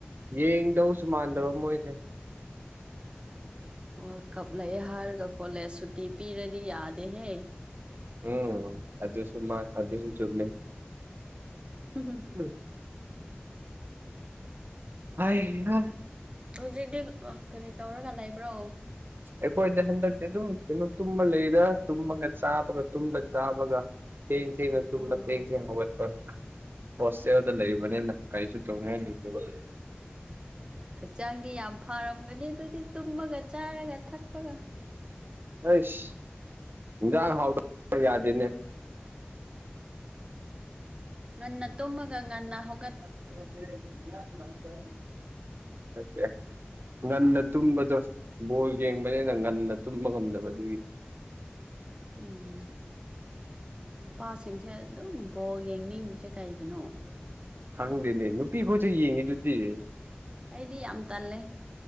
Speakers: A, on the right (about 60°); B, on the right (about 25°).
A: ꯌꯦꯡꯗꯧꯁꯨ ꯃꯥꯟꯗꯕ ꯃꯣꯏꯖꯦ
B: ꯋꯥ꯭ꯔꯜ ꯀꯞ ꯂꯩ ꯍꯥꯏꯔꯒ ꯀꯣꯂꯦꯖ ꯁꯨꯇꯤ ꯄꯤꯔꯗꯤ ꯌꯥꯗꯦꯍꯦ
A: ꯎꯝ ꯑꯗꯨꯁꯨ ꯃꯥ ꯑꯗꯨꯁꯨ ꯆꯨꯝꯃꯤ
B: <unintelligible>
A: ꯎꯝ ꯑꯥꯏ ꯉꯛ
B: ꯍꯧꯖꯤꯛꯇꯤ ꯑ ꯀꯔꯤ ꯇꯧꯔꯒ ꯂꯩꯕ꯭ꯔꯣ
A: ꯑꯩꯈꯣꯏꯗꯤ ꯍꯟꯗꯛꯇꯤ ꯑꯗꯨꯝ ꯀꯩꯅꯣ ꯇꯨꯝꯃꯥ ꯂꯩꯗ ꯇꯨꯝꯕꯒ ꯆꯥꯕꯒ ꯇꯨꯝꯕ ꯆꯥꯕꯒ ꯊꯦꯡ ꯊꯦꯡꯅ ꯇꯨꯝꯕ
B: ꯑꯣ
A: ꯊꯦꯡ ꯊꯦꯡ ꯍꯧꯒꯠꯄ ꯍꯣꯁꯇꯦꯜꯗ ꯂꯩꯕꯅꯤꯅ ꯀꯔꯤꯁꯨ ꯇꯧꯅꯤꯡꯉꯥꯏ ꯂꯩꯇꯕ
B: ꯍꯛꯆꯥꯡꯗꯤ ꯌꯥꯝ ꯐꯔꯝꯒꯅꯤ ꯑꯗꯨꯗꯤ ꯇꯨꯝꯃꯒ ꯆꯥꯔꯒ ꯊꯛꯄꯒ
A: ꯑꯩꯁ ꯍꯤꯟꯖꯥꯡ ꯍꯥꯎꯇꯕ ꯌꯥꯗꯦꯅꯦ
B: ꯉꯟꯅ ꯇꯨꯝꯃꯒ ꯉꯟꯅ ꯍꯧ
A: <unintelligible> ꯉꯟꯅ ꯇꯨꯝꯕꯗꯣ ꯕꯣꯜ ꯌꯦꯡꯕꯅꯦꯅ ꯉꯟꯅ ꯇꯨꯝꯕ ꯉꯝꯗꯕ ꯑꯗꯨꯒꯤ
B: ꯎꯝ ꯅꯨꯄꯥꯁꯤꯡꯁꯦ ꯑꯗꯨꯝ ꯕꯣꯜ ꯌꯦꯡꯅꯤꯡꯉꯤꯁꯦ ꯀꯩꯒꯤꯅꯣ
A: ꯈꯪꯗꯦꯅꯦ ꯅꯨꯄꯤꯈꯣꯏꯁꯨ ꯌꯦꯡꯉꯤꯗꯨꯗꯤ
B: ꯑꯩꯗꯤ ꯌꯥꯝ ꯇꯜꯂꯦ